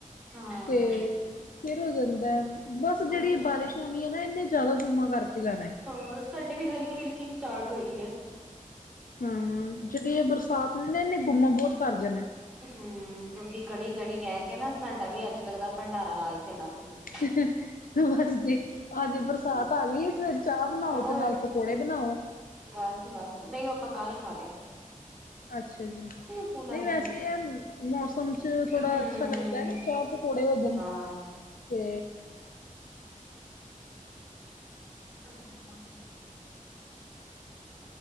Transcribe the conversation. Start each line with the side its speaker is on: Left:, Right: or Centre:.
Centre: ਹਾਂ
Left: ਤੇ ਫਿਰ ਹੋ ਜਾਂਦਾ ਬਸ
Centre: ਸਾਡੇ
Left: ਜੇੜੀ ਬਾਰਿਸ਼ਾਂ ਮੀਂਹ ਆਣਾ ਇੰਨੇ ਜਾਦਾ ਗੁੰਮਾ ਕਰਕੇ ਜਾਣਾ।
Centre: ਹਾਂ ਸਾਡੇ ਵੀ ਹਲਕੀ-ਹਲਕੀ ਸਟਾਰਟ ਹੋਈਏ।
Left: ਹੂੰ ਜੇੜੀ ਏ ਬਰਸਾਤ ਨੇ ਨਾ ਇਨੇ ਗੁੰਮਾਂ ਬੋਤ ਕਰ ਜਾਣਾ।
Centre: ਹੂੰ ਤੁਸੀ ਕੜੀ-ਕੜੀ ਕੈ ਕੇ ਨਾ ਸਾਡਾ ਵੀ ਅੱਜ ਲੱਗਦਾ ਭੰਡਾਰਾ ਲਾ ਈ ਦੇਣਾ ਤੁਸੀ
Left: <inaudible> ਬਸ ਜੀ ਅੱਜ ਬਰਸਾਤ ਆ ਗਈ ਫਿਰ ਚਾਹ ਬਣਾਓ
Centre: ਹੋਰ
Left: ਤੇ ਨਾਲ ਪਕੌੜੇ ਬਣਾਓ।
Centre: ਬਸ-ਬਸ ਨਈ ਓ ਆਪਾਂ ਕੱਲ ਖਾ ਲਏ।
Left: ਅੱਛਾ ਜੀ।
Centre: ਸੀ, ਹੁਣ
Left: ਨਈ
Centre: ਅੱਜ
Left: ਵੈਸੇ
Centre: ਨੀ ਖਾਣਾ।
Left: ਐ ਮੌਸਮ 'ਚ ਥੋੜ੍ਹਾ
Centre: ਹੂੰ
Left: ਅੱਛਾ ਲੱਗਦਾ ਹੈ ਨਾ ਚਾਹ ਪਕੋੜੇ ਹੋ ਜਾਣ।
Centre: ਹਾਂ
Left: ਤੇ
Centre: ਹੋਰ ਸੁਣਾਉ।